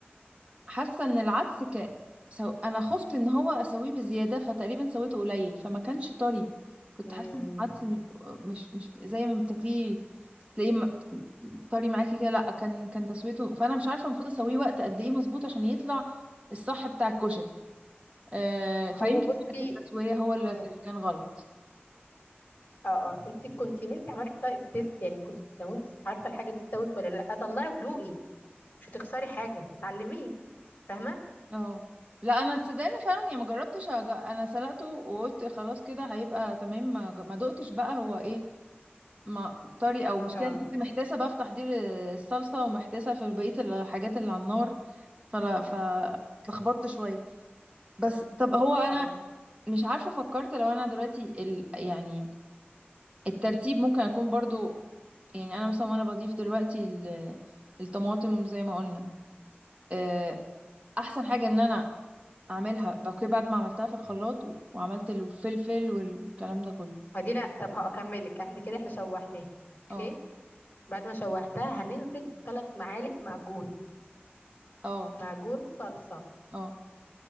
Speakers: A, on the right (about 30°); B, on the left (about 40°).
A: حاسه ان العدس ك... سو... انا خفت ان هو اسويه بزياده فتقريبا سويته قليل فما كانش طري كنت
B: مم.
A: حاسه ان العدس م- مش مش زي ما بتاكليه تلاقيه م- طري معاكي كده لا كان كان تسويته فانا مش عارفه المفروض اسويه وقت قد ايه مظبوط عشان يطلع الصح بتاع الكشري آه فيمكن
B: هو بصي
A: وقت التسويه هو اللي
B: مم.
A: اللي كان غلط
B: اه اه انت كنت ما انت عملتي طيب تيست يعني كنت لو انت مش عارفه الحاجه دي استوت ولا لا طلعي ودوقي مش هتخسري حاجة اتعلميه فاهمة
A: اه لا انا تصدقني فعلا يعني ما جربتش أج... انا سلقته وقلت خلاص كده هيبقى تمام ما, ج- ما دقتش بقى هو ايه ما طري او مشكله
B: اه
A: أنا كنت محتاسه بقى في تحضير الصلصه ومحتاسه في بقيه الحاجات اللي على النار فلا فاتلخبطت شويه بس طب هو انا
B: ايوه
A: مش عارفه فكرت لو انا دلوقتي ال... يعني الترتيب ممكن اكون برضو يعني انا مثلا وانا بضيف دلوقتي ال- الطماطم زي ما قلنا آه، احسن حاجه ان انا اعملها بقى بعد ما عملتها في الخلاط و- وعملت الفلفل والكلام ده كله
B: هدينا طب هكمل لك احنا كده احنا شوحناها
A: اه
B: اوكي بعد ما شوحتها هننزل بثلاث معالق معجون
A: اه
B: معجون صلصة
A: اه